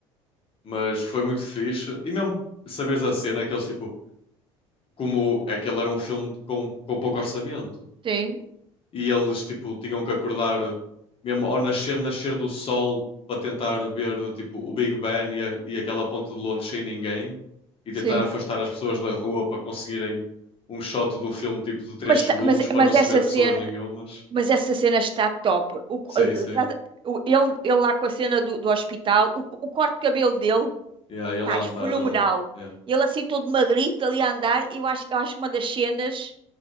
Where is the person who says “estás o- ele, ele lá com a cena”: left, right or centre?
Right